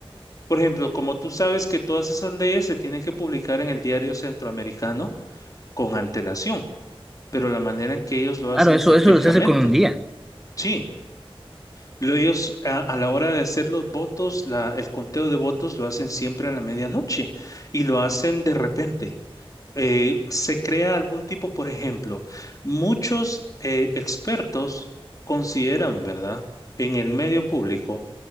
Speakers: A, on the left; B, in the centre.
A: por ejemplo, como tú sabes que todas esas leyes se tienen que publicar en el diario centroamericano con antelación, pero la manera en que ellos lo hacen
B: Claro, eso,
A: estratégicamente,
B: eso lo se hace con un día.
A: sí. Lo ellos a, a la hora de hacer los votos, la- el conteo de votos lo hacen siempre a la medianoche y lo hacen de repente eh, se crea algún tipo, por ejemplo, muchos eh, expertos consideran, ¿verdad?, en el medio público